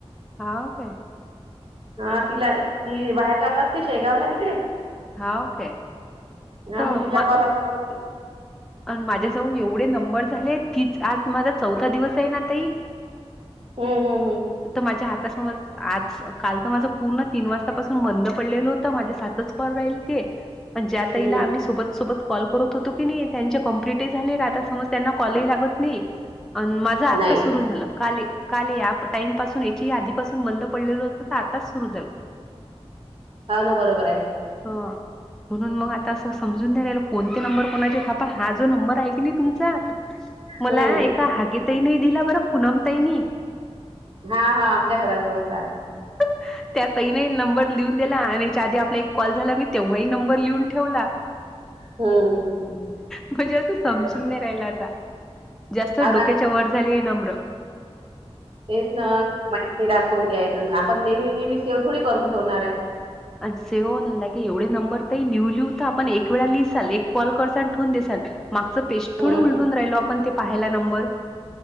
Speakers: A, in the centre; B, on the right.
A: हाव काय?
B: हा तिला ती बाहेर जात असते शेगावला तिकडे.
A: हाव काय.
B: हा
A: तर
B: मग तिचा
A: मा
B: कॉल आला का ब
A: आणि माझ्याजवळ एवढे नंबर झालेत, तीच आज माझा चौथा दिवस आहे ना ताई.
B: हम्म हम्म. हम्म
A: तर माझ्या हातासमज आज काल तर माझं पूर्ण तीन वाजतापासून बंद पडलेलं होत माझे सातच कॉल राहिले ते. पण ज्या ताईला
B: हम्म
A: आम्ही सोबत सोबत कॉल करत होतो की नाही त्यांचे कंप्लिटही झाले आता समज त्यांना कॉल ही लागत नाही अन् माझं आत्ता
B: नाही
A: सुरू झालं. काली काल या टाइमपासून याच्याही आधीपासून बंद पडलेलं होतं, तर आताच सुरू झालं. <inaudible>
B: हा ना बरोबर आहे.
A: हा, म्हणून मग आता असं समजून नाही राहिलं. कोणते नंबर कोणाचे हा आता हा जो नंबर आहे की नाही तुमचा, मला
B: हम्म
A: एक का हागीत नाही दिला बरं पूनम ताई नी.
B: हा हा आमच्या घराजवळच राहता.
A: <unintelligible> त्या ताईने नंबर लिहून दिला आणि याच्या आधी आपला एक कॉल झाला. मी तेव्हाही नंबर लिहून ठेवला.
B: हम्म हम्म हम्म.
A: म्हणजे असं समजून
B: बरोबर
A: नाही राहिलं आता. जास्त
B: आहे हो
A: डोक्याच्या
B: ना
A: वर झाली हे नंबर.
B: तेच ना माहित‌ नाही राहत कोणती आहे, तर आपण नेहमी नेहमी सेव थोडी करून ठेवणार आहे.
A: से होन लागे एवढे नंबर त लिहू लिहू आपण एक वेळा लिहिसाल, एक कॉल करसाल आणि ठेवून देसाल. मागचं पेस्ट
B: हम्म
A: थोडी उलटून राहिलो आपण ते पाहायला नंबर.